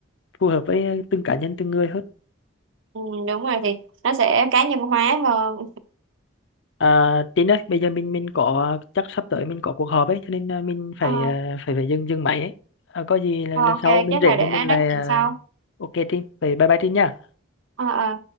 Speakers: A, on the left; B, on the right.
A: phù hợp với từng cá nhân từng người hơn
B: ừ, Đúng rồi thì nó sẽ cá nhân hóa hơn
A: À, Tin ơi, bây giờ mình mình có chắc sắp tới mình có cuộc họp ấy, cho nên à, mình phải
B: Ờ,
A: à, phải phải dừng dừng máy ấy. À, có gì là
B: Ok
A: lần sau mình
B: chắc
A: rảnh
B: là để
A: thì mình lại
B: nói chuyện
A: à,
B: sau
A: ok Tin, vậy bye bye Tin nha.
B: Ờ, ờ.